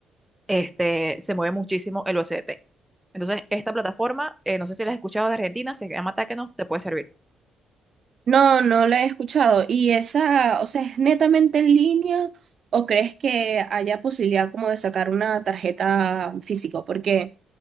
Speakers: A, in the centre; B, on the right.
A: este, se mueve muchísimo el USDT. Entonces, esta plataforma, eh, no sé si la has escuchado de Argentina, se llama Takeno, te puede servir.
B: No, no la he escuchado. ¿Y esa, o sea, es netamente en línea o crees que haya posibilidad como de sacar una tarjeta física? Porque